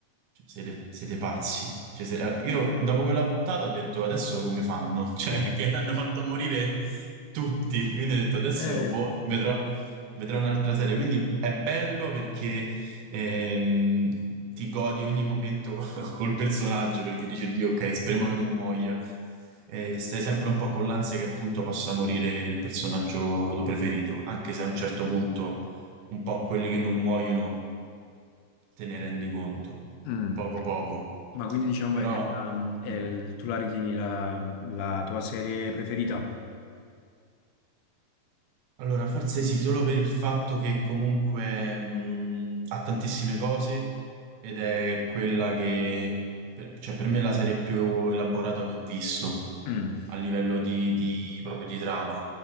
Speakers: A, on the right; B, on the left.
A: cioè, siete, siete pazzi. Cioè, se- eh, io dopo quella puntata ho detto, adesso come fanno? <laughs> Cioè,
B: Eh,
A: perché hanno fatto morire tutti, quindi ho detto, adesso
B: eh,
A: boh, vedrò, vedrò un'altra serie. Quindi è bello perché ehm, ti godi ogni momento col personaggio perché dice Dio, ok, speriamo che non muoia. E stai sempre un po' con l'ansia che appunto possa morire il personaggio tuo preferito, anche se a un certo punto un po' quelli che non muoiono te ne rendi conto,
B: mm.
A: poco poco.
B: Ma quindi diciamo
A: Però
B: è la- è
A: mh,
B: il- tu la ritieni la, la tua serie preferita?
A: allora forse sì, solo per il fatto che comunque mh, ha tantissime cose ed è quella che per, cioè per me è la serie più elaborata che ho visto.
B: Mm.
A: a livello di, di- proprio di trama.